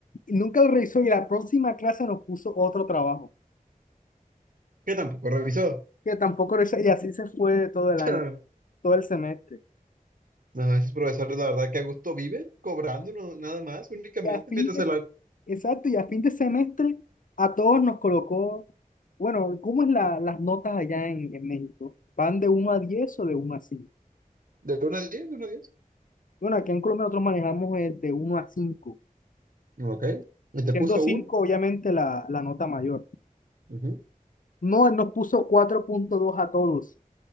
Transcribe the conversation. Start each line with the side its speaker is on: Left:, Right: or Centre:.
Left: Nunca, lo revisó y la próxima clase nos puso otro trabajo.
Right: Que tampoco revisó.
Left: Que tampoco revisó, y así se fue todo
Right: <laughs>
Left: el año, todo el semestre.
Right: No, esos profesores, la verdad, que a gusto viven cobrando no- nada más, únicamente,
Left: Y a fin
Right: mientras
Left: de,
Right: el,
Left: exacto, y a fin de semestre a todos nos colocó, bueno, ¿cómo es la, las notas allá en, en México? ¿Van de uno a 10 o de uno a cinco
Right: ¿De 1 a 10? ¿De 1 a 10?
Left: Bueno, aquí en Colombia nosotros manejamos el de uno a cinco
Right: Ok. ¿Y te
Left: siendo
Right: puso
Left: 5
Right: un?
Left: obviamente la, la nota mayor.
Right: Ujú.
Left: No, él nos puso cuatro punto dos a todos.